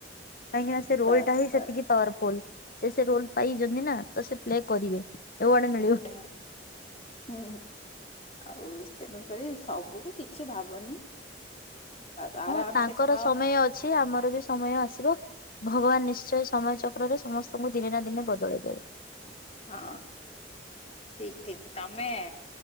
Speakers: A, on the left; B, on the left.
A: କାହିଁକିନା ସେ ରୋଲ
B: ବାସ୍
A: ଟା ହିଁ
B: ବାସ୍
A: ସେତିକି ପାୱାରଫୁଲ। ସେ ସେ ରୋଲ ପାଇଛନ୍ତି ନା। ତ ସେ ପ୍ଲେ କରିବେ। ଏୱାର୍ଡ ମିଳିବ।
B: ହଁ, ହୁଁ ଆଉ ତେନ ଆରେ ସବୁକୁ କିଛି ଭାବନି। ବାସ୍ ଆରାମ
A: ହଁ ତାଙ୍କର
B: ସେ ଖାଅ।
A: ସମୟ ଅଛି ଆମର ବି ସମୟ ଆସିବ। ଭଗବାନ ନିଶ୍ଚୟ ସମୟ ଚକ୍ରରେ ସମସ୍ତଙ୍କୁ ଦିନେ ନା ଦିନେ ବଦଳାଇ ଦେବେ।
B: ହଁ ଠିକ ଠିକ ତମେ।